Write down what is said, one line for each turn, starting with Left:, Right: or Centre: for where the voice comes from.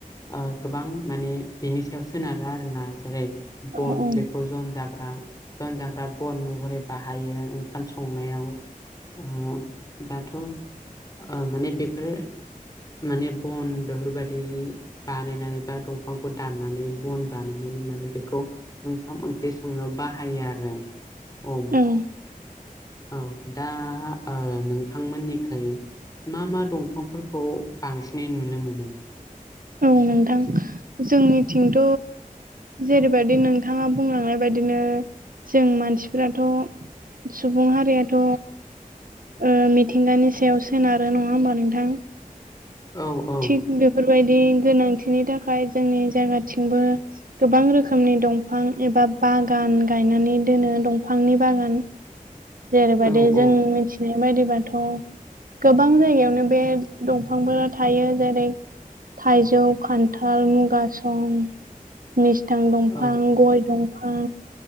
Left: आ गोबां माने बेनि सायाव सोनारो आरो ना? जेरै बन
Right: औ औ
Left: बेखौ जन जाग्रा जन जाग्रा बन महरै बाहायो ओं। ओंखाम संनायाव ओ दाथ' ओ माने बेफोर माने बन बेफोरबायदि बानायनानै बा दंफांखौ दाननानै बन बानाय माने बेखौ ओंखाम ओंख्रि संनायाव बाहायो आरो औ।
Right: उम
Left: औ दा ओ ओ नोंथांमोननिखाय मा मा दंफांफोरखौ बांसिनै नुनो मोनो?
Right: औ नोंथां जोंनिथिंथ' जेरैबायदि नोंथाङा बुंलांनाय बायदिनो जों मानसिफ्राथ' सुबुं हारियाथ' ओ मिथिंगानि सायाव सोनारो नङा होमबा नोंथां?
Left: औ औ।
Right: थिग बेफोरबायदि गोनांथिनि थाखाय जोंनि जायगाथिंबो गोबां रोखोमनि दंफां एबा बागान गायनानै दोनो दंफांनि बागान। जेरैबायदि
Left: औ
Right: जों
Left: औ
Right: मिन्थि नाय बायदिबाथ' गोबां जायगायावनो बे दंफांफोरा थायो। जेरै थाइजौ, खान्थाल, मुगासं, मिस्थां दंफां,
Left: औ
Right: गय दंफां,